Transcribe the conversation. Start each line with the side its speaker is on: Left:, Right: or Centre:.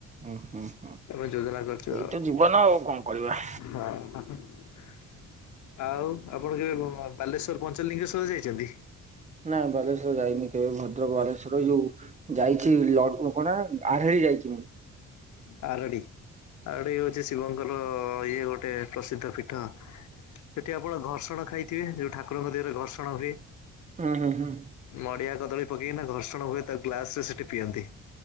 Right: ଉୁଁ ହୁଁ ହୁଁ
Left: ଆମେ ଯୋଜନା କରିଛୁ
Right: ଏଇତ
Left: ଆଉ
Right: ଜୀବନ ଆଉ କଣ କରିବା।
Left: ହଁ। ଆଉ ଆପଣ କେବେ ବାଲେଶ୍ଵର ପଞ୍ଚଲିଙ୍ଗେଶ୍ଵର ଯାଇଛନ୍ତି?
Right: ନାଇଁ ବାଲେଶ୍ଵର ଯାଇନି କେବେ ଭଦ୍ରକ ବାଲେଶ୍ୱର ଏଇ ଯୋଉ ଯାଇଛି ଲଡକୁ କଣଟା ଆରହେଡି ଯାଇଛି ମୁଁ।
Left: ଆରଡି ଆରଡି ହଉଚି ଶିବଙ୍କର ଇଏ ଗୋଟେ ପ୍ରସିଦ୍ଧ ପୀଠ। ସେଠି ଆପଣ ଘର୍ଷଣ ଖାଇଥିବେ ଯୋଉ ଠାକୁରଙ୍କ ଦେହରେ ଘର୍ଷଣ ହୁଏ।
Right: ଉଁ ହୁଁ ହୁଁ।
Left: ନଡିଆ କଦଳୀ ପକେଇକିନା ଘର୍ଷଣ ହୁଏ ତା ଗ୍ଲାସ ରେ ସେଠି ପିଅନ୍ତି।